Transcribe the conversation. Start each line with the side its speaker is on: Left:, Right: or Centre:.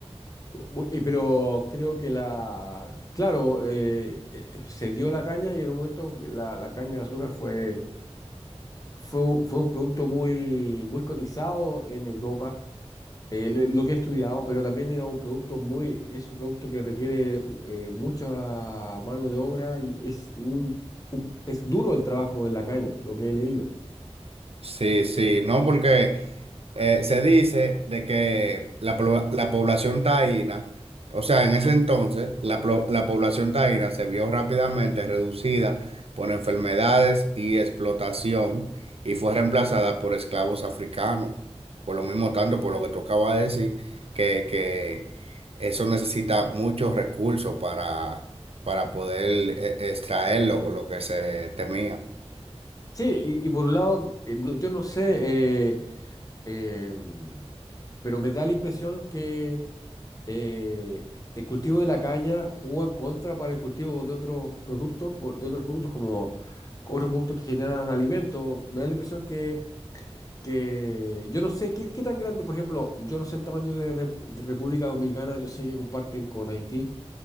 Left: Bu- eh, Pero creo que la, claro, eh, eh, eh, se dio la caña y en un momento la, la caña de azúcar fue, fue, un- fue un producto muy, muy cotizado en Europa, eh, lo lo que he estudiado, pero también era un producto muy, es un producto que requiere eh, mucha mano de obra y es un, un- es duro el trabajo en la caña, lo que he leído.
Right: Sí, sí, no porque... eh, se dice de que la, plo- la población taína, o sea, en ese entonces, la, plo- la población taína se vio rápidamente reducida por enfermedades y explotación y fue reemplazada por esclavos africanos. Por lo mismo tanto, por lo que tocaba decir, que, que eso necesita muchos recursos para, para poder eh, extraer lo lo que se temía.
Left: Sí, y, y por un lado, eh, no- yo no sé, eh, eh, pero me da la impresión que eh, el cultivo de la caña jugó en contra para el cultivo de otros productos, por- de otros productos como otros productos que generan alimentos. Me da la impresión que, que yo no sé qué, qué tan grande, por ejemplo, yo no sé el tamaño de, Re- de República Dominicana, yo sé que comparten con Haití.